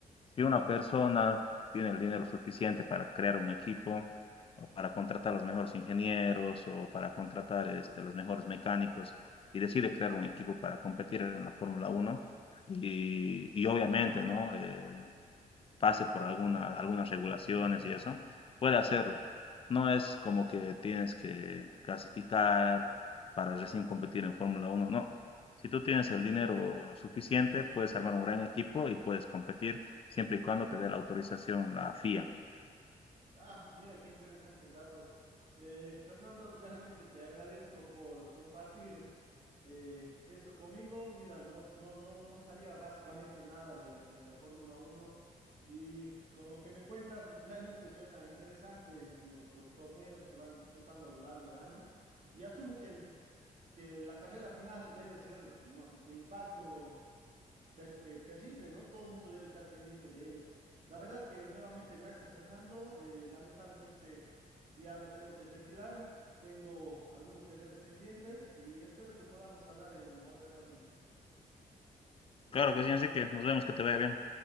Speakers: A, on the left; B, on the right.
A: si una persona tiene el dinero suficiente para crear un equipo o para contratar los mejores ingenieros o para contratar este, los mejores mecánicos y decide crear un equipo para competir en la Fórmula Uno y, y obviamente, ¿no? Eh, pase por alguna, algunas regulaciones y eso, puede hacerlo. No es como que tienes que clasificar para recién competir en Fórmula 1, no. Si tú tienes el dinero suficiente, puedes armar un gran equipo y puedes competir siempre y cuando te dé la autorización la FIA.
B: Ah, mira qué interesantes datos. Eh, Fernando, <laughs> realmente te agradezco por compartir eh, esto conmigo. Mira, no, no, no, no sabía básicamente nada de, de la Fórmula Uno y con lo que me cuentas, realmente suena interesante los, los torneos que van disputando a lo largo del año y asumo que, el- que la carrera final debe ser ¿no? de impacto ter- eh, terrible, ¿no? Todo el mundo debe estar pendiente de ello. La verdad que nuevamente gracias, Fernando. Eh, lamentablemente ya me tengo que retirar. Tengo algunos deberes pendientes y espero que podamos hablar en otra ocasión.
A: Claro que sí, Enrique. Nos vemos, que te vaya bien.